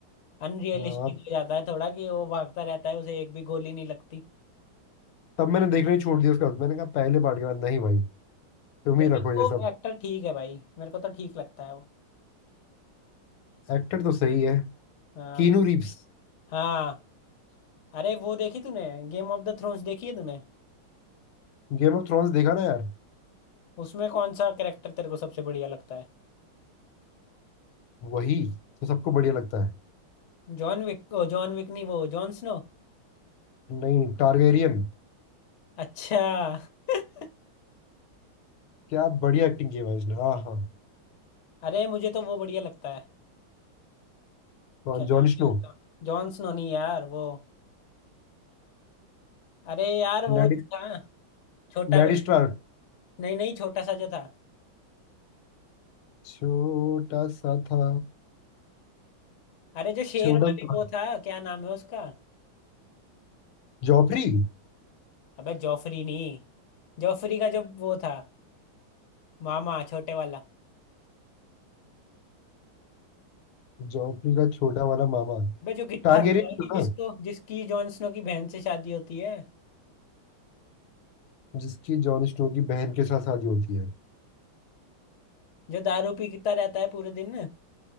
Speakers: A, on the left (about 70°); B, on the left (about 80°).
A: अनरियलिस्टिक
B: हाँ
A: हो जाता है थोड़ा कि वो भागता रहता है उसे एक भी गोली नहीं लगती
B: तब मैंने देखना ही छोड़ दिया उसका मैंने कहा पहले पार्ट के बाद नहीं भाई तुम ही
A: लेकिन
B: रखो
A: वो
B: ये सब
A: एक्टर ठीक है भाई मेरे को तो ठीक लगता है वो
B: एक्टर तो सही है
A: हाँ
B: Keanu Reeves
A: हाँ अरे वो देखी तूने गेम ऑफ द थ्रोन्स देखी है तूने
B: Game of Thrones देखा ना यार
A: उसमें कौन सा कैरेक्टर तेरे को सबसे बढ़िया लगता है
B: वही तो सबको बढ़िया लगता है
A: जॉन विक ओ जॉन विक नहीं वो जॉन स्नो
B: नहीं टारगेरियन
A: अच्छा <laughs>
B: क्या बढ़िया एक्टिंग की है भाई उसने हाँ हाँ
A: अरे मुझे तो वो बढ़िया लगता है
B: तो
A: क्या
B: Jon
A: नाम
B: Snow
A: है उसका? जॉन स्नो नहीं यार वो अरे यार वो
B: Ned
A: जो था छोटा
B: Ned
A: बन
B: Stark
A: नहीं नहीं छोटा सा जो था
B: छोटा सा था
A: अरे जो शेर
B: छोटा
A: वाले
B: सा
A: वो था क्या नाम है उसका
B: जॉफरी
A: अबे जॉफरी नहीं जॉफरी का जो वो था मामा छोटे वाला
B: जॉफरी का छोटा वाला मामा
A: अबे जो गिट्ठा
B: टारगेरियन
A: था भाई,
B: था
A: जिसको
B: ना
A: जिसकी जॉन स्नो की बहन से शादी होती है
B: जिसकी जॉन स्नो की बहन के साथ शादी होती है
A: जो दारू पीता रहता है पूरे दिन